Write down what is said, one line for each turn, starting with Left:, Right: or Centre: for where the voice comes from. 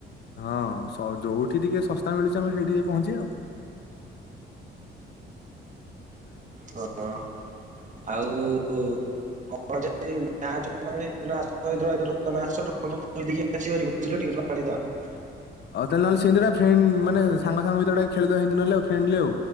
Left: ହଁ ଯୋଉଠି ଟିକେ ଶସ୍ତା ମିଳିଛି ଆମେ ସେଇଠି ଯାଇକି ପହଞ୍ଚିବା ଆଉ।
Right: ହଁ ଆଉ କଣ ଯେ <unintelligible>
Left: ଆଉ ତାହେ ନହଲେିନ୍ଦୁରା <unintelligible> ଫ୍ରେଣ୍ଡ୍ ମାନେ ସାଙ୍ଗ ସାଙ୍ଗ ଭିତରେ ଖେଳିଦବା ନହଲେ ଆଉ ଫ୍ରେଣ୍ଡଲି ଆଉ।